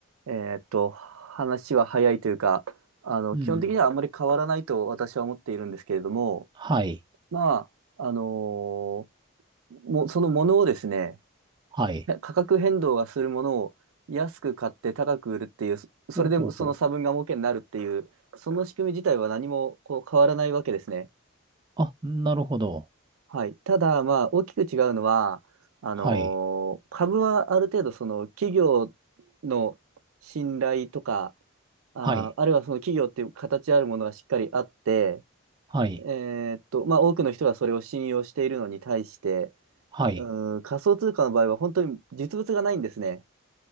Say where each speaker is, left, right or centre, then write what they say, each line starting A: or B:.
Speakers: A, on the right (about 80°); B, on the right (about 20°).
A: えっと、話は早いというか、あの、
B: うんうん。
A: 基本的にはあんまり変わらないと私は思っているんですけれども、
B: はい。
A: まあ、あのも、そのものをですね、
B: はい。
A: <laughs> 価格変動がするものを安く買って高く売るっていう、そそれでその差分が儲けになるっていう、
B: ほうほうほう。
A: その仕組み自体は何もこう変わらないわけですね。
B: あ、なるほど。
A: はい。ただ、まあ、大きく違うのは、あのー株はある程度、
B: はい。
A: その企業の信頼とか、あー、
B: はい。
A: あるいはその企業っていう形あるものがしっかりあって、
B: はい。
A: えーっと、まあ、多くの人がそれを信用しているのに対して、
B: はい。
A: うーん、仮想通貨の場合は本当に実物がないんですね。